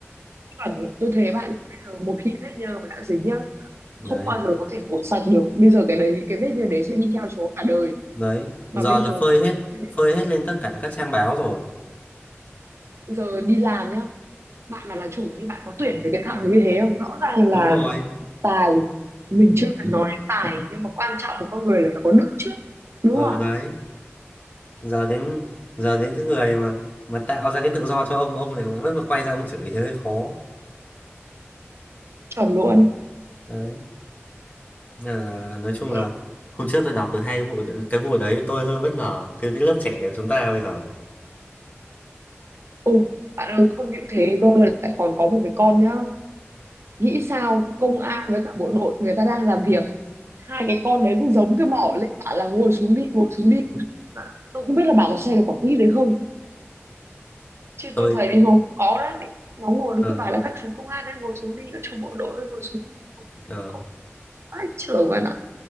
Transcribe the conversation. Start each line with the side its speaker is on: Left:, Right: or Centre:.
Right: chuẩn ấy. tôi thấy bạn bây giờ một khi vết nhơ mà đã dính nhá
Left: đấy
Right: không bao giờ có thể gột sạch được bây giờ cái đấy cái vết nhơ đấy sẽ đi theo chú cả đời
Left: đấy giờ
Right: mà bây
Left: là
Right: giờ
Left: phơi hết
Right: tôi-
Left: phơi hết lên tất cả các trang báo rồi
Right: giờ đi làm nhá bạn mà là chủ thì bạn có tuyển với cái thằng như thế không rõ ràng là
Left: đúng rồi
Right: tài mình chưa cần nói đến tài nhưng mà quan trọng của con người là phải có đức trước đúng
Left: ờ
Right: không
Left: đấy giờ đến giờ đến cái người mà mà tạo ra cái tự do cho ông ông lại vẫn còn quay ra ông chửi thì hơi khó
Right: chuẩn luôn
Left: đấy à, nói chung
Right: Mẹ
Left: là hôm trước tôi đọc được hai cái vụ cái vụ đấy tôi hơi bất ngờ cái, cái lớp trẻ chúng ta bây giờ
Right: Ồ, bạn ơi không những thế cơ lại còn có một cái con nhá nghĩ sao công an với cả bộ đội người ta đang làm việc hai cái con đấy cũng giống cái mỏ lên bảo là ngồi xuống đi ngồi xuống đi ngồi xuống đi mà tôi không biết là bà có xem được quả clip đấy không chứ
Left: tôi
Right: tôi thấy nó có đấy nó ngồi đứng
Left: ờ,
Right: cứ bảo là các chú công an đang ngồi xuống đi các chú bộ đội đang ngồi xuống đi ngồi xuống đi
Left: ờ,
Right: ông vãi trưởng vậy ạ